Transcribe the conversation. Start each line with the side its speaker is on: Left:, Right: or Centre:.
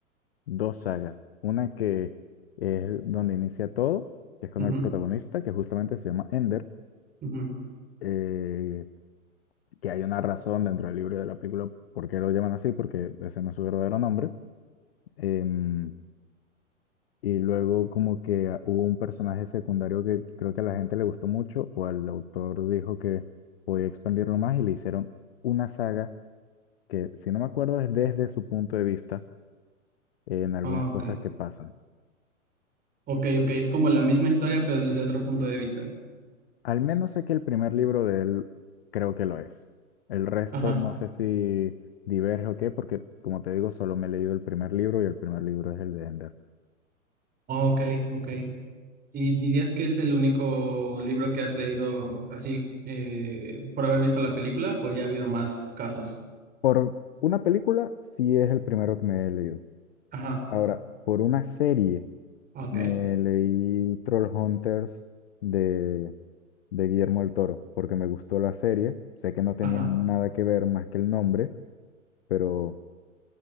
Left: dos sagas. Una que es donde inicia todo, que es con
Right: ujú,
Left: el protagonista, que justamente se llama Ender.
Right: ujú.
Left: eh, que hay una razón dentro del libro y de la película por qué lo llaman así, porque ese no es su verdadero nombre. Em, y luego como que a- hubo un personaje secundario que creo que a la gente le gustó mucho o el autor dijo que podía expandirlo más y le hicieron una saga que, si no me acuerdo, es desde su punto de vista en algunas
Right: Ah, ok.
Left: cosas que pasan.
Right: Ok, ok. Es como la misma historia, pero desde otro punto de vista.
Left: Al menos sé que el primer libro de él creo que lo es. El resto
Right: Ajá.
Left: no sé si diverge o qué, porque como te digo, solo me he leído el primer libro y el primer libro es el de Ender.
Right: Ok, ok. ¿Y dirías que es el único libro que has leído así eh, por haber visto la película o ya ha habido más casos?
Left: Por una película, sí es el primero que me he leído.
Right: Ajá,
Left: Ahora, por una serie,
Right: ah, ok,
Left: me leí Trollhunters de, de Guillermo del Toro, porque me gustó la serie. Sé que no tenía
Right: ajá,
Left: nada que ver más que el nombre, pero